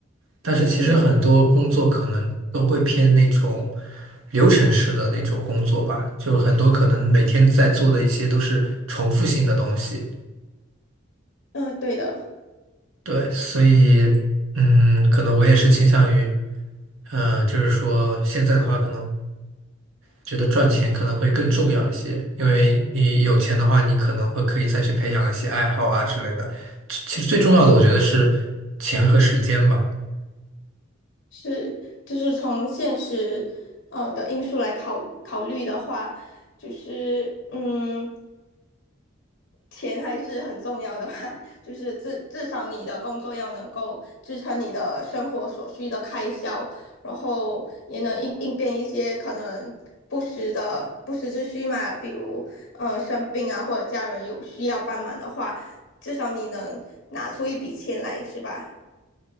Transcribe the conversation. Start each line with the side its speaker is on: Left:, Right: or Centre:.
Right: 但是其实很多工作可能都会偏那种
Left: 嗯
Right: 流程式的那种工作吧，就很多可能每天在做的一些都是重复性的东西。
Left: 嗯，呃对的，
Right: 对，所以嗯，可能我也是倾向于，呃，就是说现在的话，可能觉得赚钱可能会更重要一些，因为你有钱的话，你可能会可以再去培养一些爱好啊之类的。其其实最重要的，我觉得是钱和时间吧。
Left: 是就是从现实嗯的因素来考考虑的话，就是嗯，钱还是很重要的吧，<laughs> 就是至至少你的工作要能够支撑你的生活所需的开销，然后也能应应变一些可能不时的不时之需嘛，比如呃生病啊，或者家人有需要帮忙的话，至少你能拿出一笔钱来，是吧？